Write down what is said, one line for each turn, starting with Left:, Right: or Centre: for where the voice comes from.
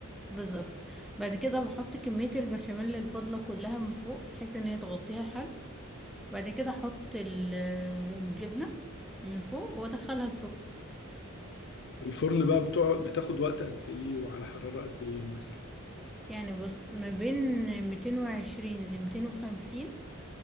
Centre: بالظبط بعد كده بحط كمية البشاميل الفاضلة كلها من فوق بحيث ان هي تغطيها حلو بعد كده احط ال- آه، الجبنة من فوق وادخلها الفرن
Left: الفرن بقى بتوع بتاخد وقت قد ايه وعلى حرارة قد ايه مثلا
Centre: يعني بص ما بين 220 ل 250